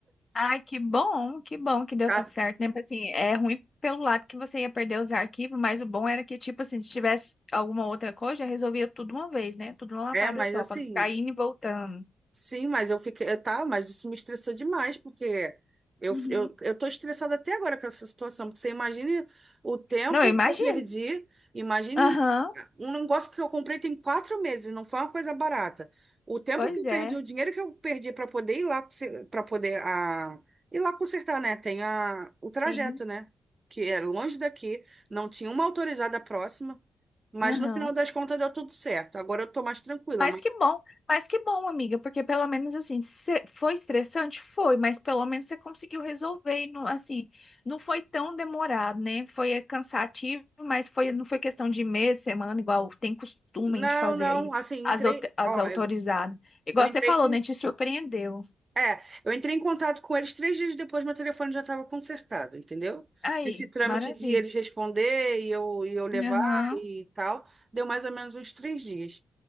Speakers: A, on the left; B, on the right.
A: ai, que bom, que bom que deu
B: Tá?
A: tudo certo, né? Porque, Assim, é ruim pelo lado que você ia perder os arquivos, mas o bom era que, tipo assim, se tivesse alguma outra coisa, já resolvia tudo uma vez, né? Tudo numa lapada
B: É, mas
A: só,
B: assim,
A: pra não ficar indo e voltando.
B: Sim, mas eu fiquei, eu, tá, mas isso me estressou demais, porque eu,
A: Uhum.
B: eu, eu tô estressada até agora com essa situação, porque você imagine o tempo
A: Não, eu imagino.
B: que eu perdi, imagine
A: Aham,
B: um negócio que eu comprei tem quatro meses, não foi uma coisa barata. O tempo
A: pois
B: que eu
A: é.
B: perdi, o dinheiro que eu perdi para poder ir lá, para poder a, ir lá consertar, né? Tem a, o trajeto,
A: Sim.
B: né? Que é longe daqui, não tinha uma autorizada próxima, mas
A: Aham.
B: no final das contas deu tudo certo. Agora eu tô mais tranquila,
A: Mas que bom, mas que bom, amiga, porque pelo menos assim, cê- foi estressante? Foi, mas pelo menos você conseguiu resolver e não, assim, não foi tão demorado, né? Foi eh, cansativo, mas foi, não foi questão de mês, semana, igual tem costume
B: Não,
A: de fazer
B: não,
A: aí
B: assim,
A: as,
B: entrei,
A: au- as
B: ó,
A: autorizadas.
B: eu,
A: Igual
B: eu entrei
A: você falou,
B: com,
A: né? Te surpreendeu.
B: é, eu entrei em contato com eles três dias depois, meu telefone já estava consertado, entendeu?
A: Aí,
B: Esse trâmite
A: maravilha.
B: de eles responder e eu, e eu levar
A: Aham.
B: e tal, deu mais ou menos uns três dias.